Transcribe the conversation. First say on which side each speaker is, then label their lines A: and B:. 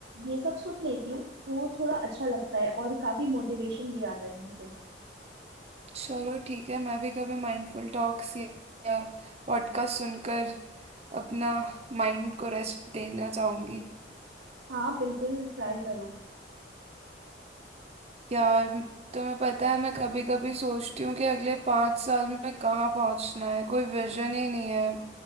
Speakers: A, on the right; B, on the right.
A: ये सब सुन लेती हूँ तो थोड़ा अच्छा लगता है और काफी मोटिवेशन भी आता है इनसे
B: चलो ठीक है मैं भी कभी माइंडफुल टॉक्स या पॉडकास्ट सुनकर अपना माइंड को रेस्ट देना चाहूंगी
A: हाँ बिल्कुल ट्राई करो
B: यार तुम्हें पता है मैं कभी कभी सोचती हूँ कि अगले पाँच साल में कहाँ पहुंचना है कोई विजन ही नहीं है